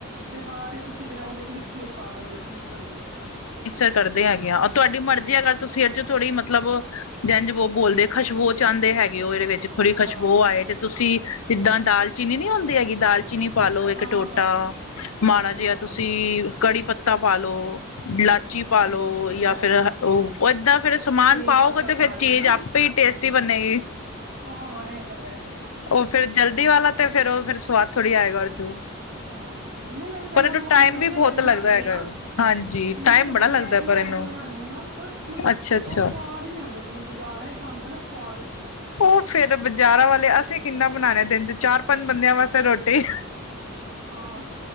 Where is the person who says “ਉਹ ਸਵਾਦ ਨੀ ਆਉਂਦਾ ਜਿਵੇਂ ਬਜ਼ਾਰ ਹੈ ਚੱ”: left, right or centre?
Right